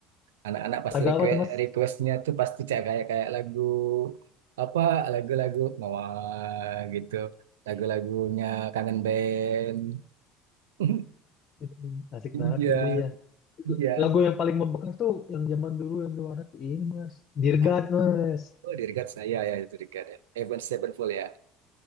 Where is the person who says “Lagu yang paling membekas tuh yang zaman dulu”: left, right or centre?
Left